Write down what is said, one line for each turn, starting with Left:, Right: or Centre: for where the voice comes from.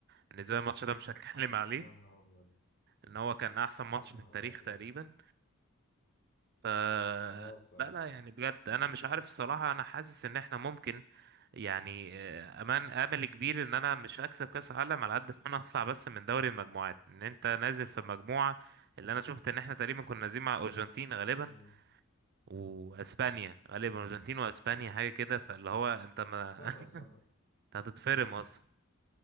Right: بالنسبه لي الماتش ده مش هتكلم <laughs> عليه
Left: يا نهار أبيض
Right: ان هو كان احسن ماتش
Left: يا نهار
Right: في التاريخ
Left: أبيض
Right: تقريبا ف
Left: <laughs> أه الصراحة
Right: لا لا يعني بجد انا مش عارف الصراحه انا حاسس ان احنا ممكن يعني آه، امان امل كبير ان انا مش هكسب كاس عالم على قد ما انا اطلع بس من دوري المجموعات ان انت نازل في مجموعه اللي انا شفت ان احنا تقريبا كنا نازلين مع ارجنتين غالبا
Left: مم.
Right: واسبانيا غالبا ارجنتين واسبانيا حاجه كده فاللي هو انت ما
Left: استنى استنى
Right: <laughs> انت هتتفرم اصلا